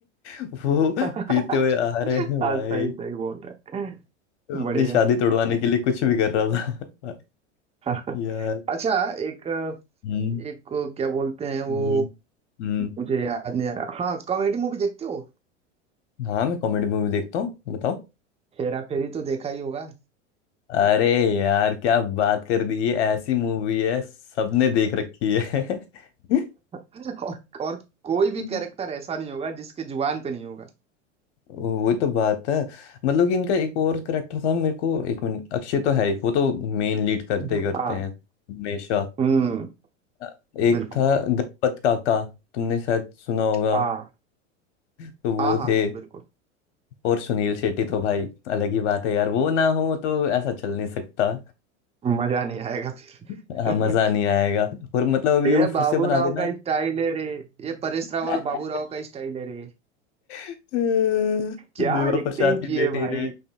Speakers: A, on the left; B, on the right.
A: <laughs> वो पीते
B: <laughs>
A: हुए आ रहे हैं
B: हाँ
A: भाई
B: सही सही बोल रहे हैं
A: तो अपनी
B: बढ़िया
A: शादी तोड़वाने के लिए कुछ भी कर रहा था <laughs> भाई
B: <laughs>
A: यार
B: अच्छा एक
A: हम्म
B: एक क्या बोलते हैं
A: हम्म
B: वो
A: हम्म।
B: मुझे याद नहीं आ रहा हाँ कॉमेडी मूवी देखते हो
A: हाँ मैं कॉमेडी मूवी देखता हूँ बताओ
B: हेरा फेरी तो देखा ही होगा
A: अरे यार क्या बात कर दी ये ऐसी मूवी है सबने देख रखी है <laughs>
B: <laughs> और और कोई भी
A: हम्म।
B: कैरेक्टर ऐसा नहीं होगा जिसके जुबान पे नहीं होगा
A: वो तो बात है मतलब कि इनका एक और करेक्टर था मेरे को एक मिनट अक्षय तो है ही वो तो मेन लीड करते
B: हाँ
A: करते हैं हमेशा
B: हम्म
A: अ, एक
B: बिल्कुल
A: था गणपत काका तुमने शायद सुना होगा
B: हाँ
A: तो वो
B: हाँ हाँ
A: थे
B: हाँ बिल्कुल
A: और सुनील शेट्टी तो भाई अलग ही बात है यार वो ना हो तो ऐसा चल नहीं सकता
B: मजा नहीं आएगा फिर
A: हाँ, मजा नहीं आएगा और मतलब
B: <laughs>
A: अभी
B: ये
A: वो फिर
B: बाबू
A: से बना
B: राव
A: देना
B: का स्टाइल है रे ये परेश रावल
A: <laughs>
B: बाबू राव का स्टाइल है रे
A: देवा
B: क्या एक्टिंग
A: प्रसाद के
B: की
A: बेटे
B: है भाई
A: ने